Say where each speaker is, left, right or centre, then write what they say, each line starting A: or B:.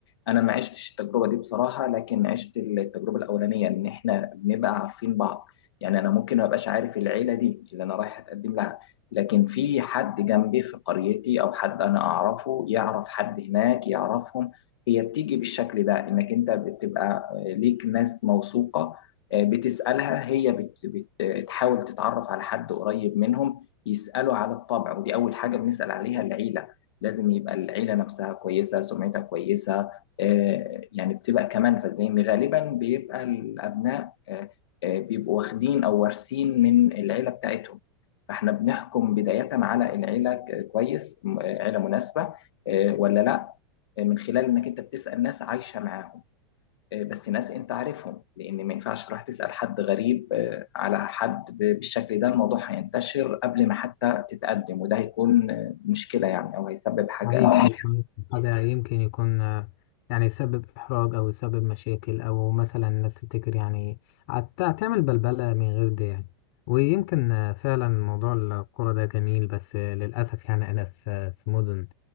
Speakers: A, on the left; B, on the left.
A: أنا ما عشتش التجربة دي بصراحة لكن عشت التجربة الأولانية إن إحنا بنبقى عارفين بعض يعني أنا ممكن ما أبقاش عارف العيلة دي اللي أنا رايح أتقدم لها لكن في حد جنبي في قريتي أو حد أنا أعرفه يعرف حد هناك يعرفهم هي بتيجي بالشكل ده انك انت بتبقى ليك ناس موثوقة آه، بتسألها هي بت- بتحاول تتعرف على حد قريب منهم يسألوا على الطبع ودي أول حاجة بنسأل عليها العيلة لازم يبقى العيلة نفسها كويسة سمعتها كويسة آه، يعني بتبقى كمان لأن غالبا بيبقى الأبناء آه، آه، بيبقوا واخدين أو وارثين من العيلة بتاعتهم فاحنا بنحكم بداية على العيلة ك- كويس م- عيلة مناسبة آه، ولا لا من خلال انك انت بتسال ناس عايشه معاهم آه، بس ناس انت عارفهم لان ما ينفعش تروح تسال حد غريب آه، على حد بالشكل ده الموضوع هينتشر قبل ما حتى تتقدم وده هيكون آه، مشكله يعني او هيسبب حاجه
B: صحيح
A: آه،
B: أيضاً هذا يمكن يكون آه، يعني يسبب إحراج أو يسبب مشاكل أو مثلا الناس تفتكر يعني عت- تعمل بلبلة من غير ده يعني ويمكن آه، فعلا موضوع الكرة ده جميل بس آه، للأسف يعني أنا في في مدن